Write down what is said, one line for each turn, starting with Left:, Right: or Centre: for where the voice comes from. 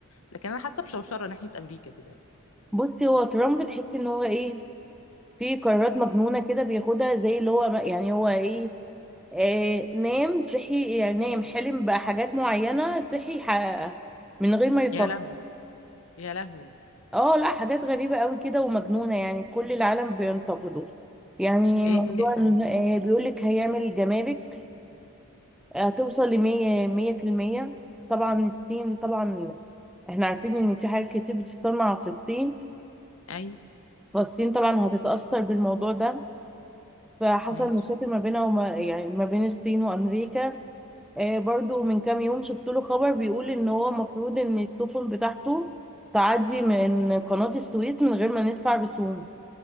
Left: لكن انا حاسه بشوشره ناحيه امريكا كده يعني
Centre: بصي هو ترامب تحسي ان هو ايه في قرارات مجنونة كده بياخدها زي اللي هو ما- يعني هو ايه آه نام صحي يعني نام حلم بحاجات معينة صحي حققها من غير ما يفكر
Left: يا لهوي يا لهوي
Centre: اه لا حاجات غريبة قوي كده ومجنونة يعني كل العالم بينتقده يعني
Left: ايه
Centre: موضوع
Left: هي
Centre: ال-
Left: يعني
Centre: آه، بيقولك هيعمل جمارك هتوصل لمية مية في المية طبعا الصين طبعا احنا عارفين ان في حاجات كتير بتتصنع في الصين
Left: ايوه
Centre: فالصين طبعا هتتأثر بالموضوع ده فحصل
Left: ماشي
Centre: مشاكل ما بينها وما يعني ما بين الصين وأمريكا آه، برضو من كام يوم شفت له خبر بيقول ان هو المفروض ان السفن بتاعته تعدي من قناة السويس من غير ما ندفع رسوم